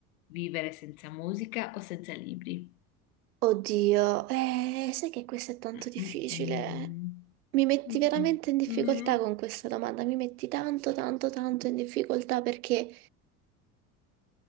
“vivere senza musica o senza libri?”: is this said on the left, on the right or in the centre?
Left